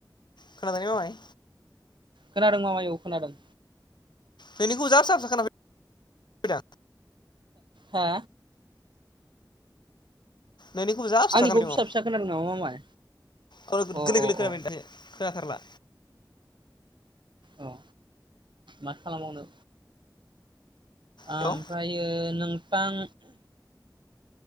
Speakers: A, on the left; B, on the right.
A: खोनादों ने मामाय
B: खोनादों मामाय औ खोनादों
A: नोंनिखौ जा फिसा फिसा खोनाफै दां
B: हा
A: नोंनिखौबो जा फिसा
B: आंनिखौ
A: फिसा खोनादों अ
B: फिसा खोनादों नामा मामाय
A: गोरलै
B: अ अ
A: गोरलै खोनाब
B: अ
A: दासो खोनाथारला
B: अ माथो खालामबावनो
A: हेलौ
B: आमफ्रायो नोंथां